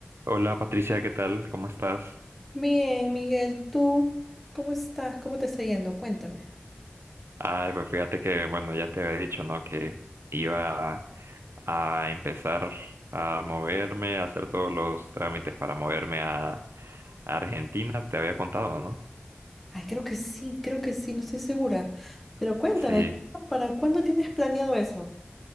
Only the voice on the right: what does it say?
Hola Patricia, ¿qué tal? ¿Cómo estás?
Ay, pues fíjate que, bueno, ya te había dicho, ¿no? Que iba a, a empezar a moverme, a hacer todos los trámites para moverme a, a Argentina, te había contado, ¿no?
Sí,